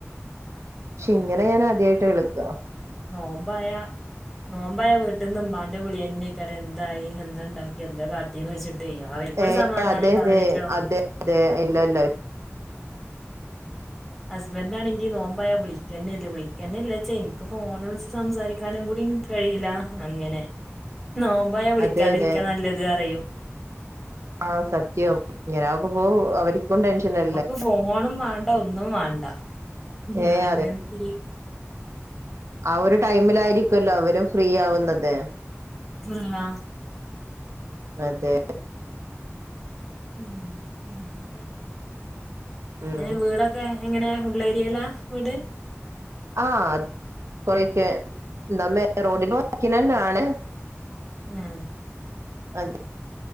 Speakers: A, on the right; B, in the centre.
A: ശേ ഇങ്ങനെ ഞാൻ ആദ്യായിട്ട് കേൾക്ക്യായാ.
B: നോമ്പ് ആയാ- നോമ്പായ വീട്ടിന്ന് ഉമാൻ്റെ വിളിയാ, <unintelligible> എന്തായി, എന്താ ഇണ്ടാക്കിയേ, എന്താ കട്ടീന്ന് വെച്ച്- ന്തേയ്യി അവര്ക്കൊര്
A: ഏഹ്
B: സമാധാനം
A: അതെ
B: ഒണ്ടാവില്ലോലോ.
A: അതെ അതെ അതെ ഇല്ലാ, ഇല്ലാ.
B: ഹാസ്ബോൻ്റെ ആണേങ്കി- നോമ്പയാ വിളിക്ക്യാന്നെ ഇല്ല. വിളിക്ക്യാന്നെ ഇല്ലാച്ചാ, എനിക്ക് ഫോൺ വിളിച്ച് സംസാരിക്കാനും കൂടിമ് - കഴിയില്ലാ അങ്ങനെ, നോമ്പായാ വിളിക്കാതിരിക്ക്യാ
A: അതെ അതെ
B: നല്ലത് അറിയും.
A: ആഹ് സത്യം ഇങ്ങന അവ്മ്പോ- അവര്ക്കും ടെൻഷനാല്ലേ.
B: നമുക്ക് ഫോണും മാണ്ടാ ഒന്നും വേണ്ട-
A: ഏഹ്
B: അങ്ങനത്തെ ഇ-
A: ആഹ് ഒര് ടൈമിലായിരിക്കു അല്ലോ അവരും ഫ്രീ ആവ്ന്നാത്.
B: <unintelligible>
A: അതെ.
B: ഉം ഉം. <unintelligible>
A: ഉം
B: എങ്ങെനെ വീടൊക്ക്യേ, എങ്ങനെയാ ഉള്ള് ഏരിയലാ വീട്.
A: ആഹ് കൊറേക്ക്യയേ, <unintelligible> വക്ക്ന്നെയാണ്.
B: ഉം.
A: അതെ